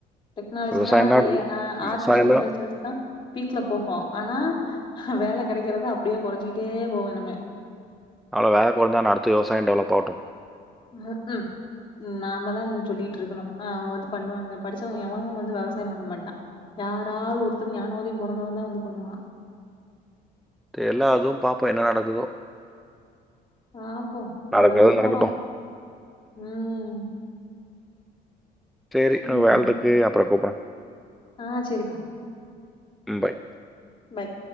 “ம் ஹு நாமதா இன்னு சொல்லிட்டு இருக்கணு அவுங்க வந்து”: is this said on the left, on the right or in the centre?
Left